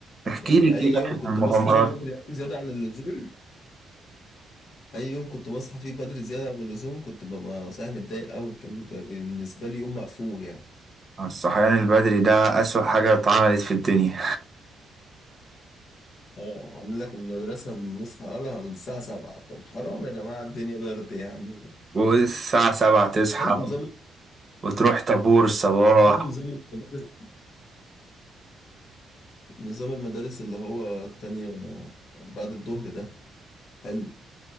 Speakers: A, on the right; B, on the left.
A: احكي
B: يعني
A: لي كده
B: أي يوم كنت
A: عن المغامرات
B: بصحى فيه بدري أوي زيادة عن اللزوم أي يوم كنت بصحى فيه بدري زيادة عن اللزوم كنت ببقى صايح متضايق أوي كان بيبقى بالنسبة لي يوم مقفول يعني
A: الصحيان البدري ده اسوأ حاجة اتعملت في الدنيا
B: اه عاملين لك المدرسة بنصحى لها من الساعة 7 طب حرام يا جماعة الدنيا برد يعني
A: <laughs> والساعة سبعة تصحى
B: حلو نظام
A: وتروح طابور الصباح
B: حلو نظام المدارس نظام المدارس اللي هو التانية بعد الظهر ده حلو